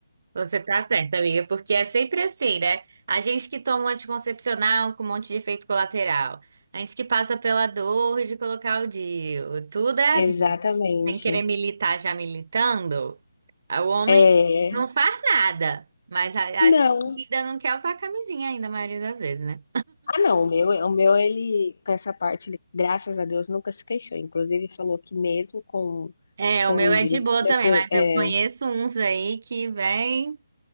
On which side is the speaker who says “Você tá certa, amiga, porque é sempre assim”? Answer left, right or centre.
Right